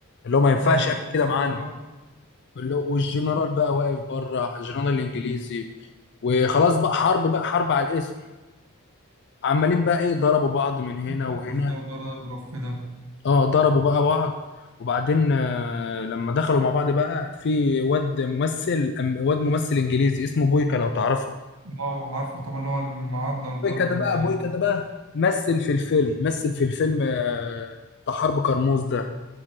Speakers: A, on the left; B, on the right.
A: اللي هو ما ينفعش
B: وبعد كده
A: يعمل كده
B: حصل
A: معانا
B: له بقى
A: اللي هو والجنرال بقى واقف بره الجنرال الانجليزي وخلاص بقى حرب بقى حرب على الاسم عمالين بقى ايه ضربوا بعض من هنا
B: ضرب
A: وهنا
B: في ده وضرب يضرب في ده
A: اه ضربوا بقى بعض وبعدين آه، لما دخلوا مع بعض بقى في واد ممثل أم- واد ممثل انجليزي اسمه بويكا لو تعرفه
B: اه عارفه طبعا اللي هو المعضل ده
A: بويكا
B: وال
A: ده بقى بويكا ده بقى مثل في الفيلم مثل في الفيلم آه، بتاع حرب كرموز ده